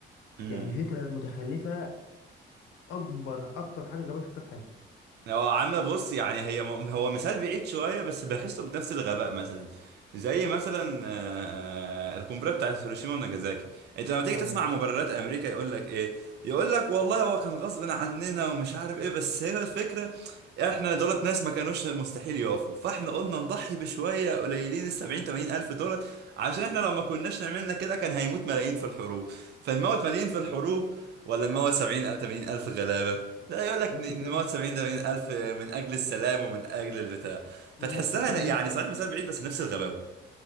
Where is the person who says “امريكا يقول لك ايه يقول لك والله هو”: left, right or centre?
Right